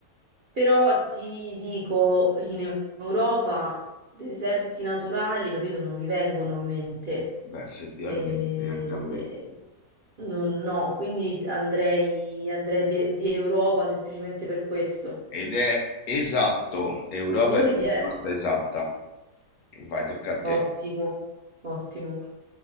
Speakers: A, on the right; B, on the left.
A: però ti dico in Eu- Europa deserti naturali, capito? Non mi vengono in mente.
B: Beh, effettivamente,
A: E-
B: neanche a me.
A: non- no, quindi andrei, andrei de- di Europa semplicemente per questo.
B: Ed è esatto, Europa
A: Oh
B: è la
A: yes,
B: risposta esatta. Vai, tocca a
A: ottimo,
B: te.
A: ottimo.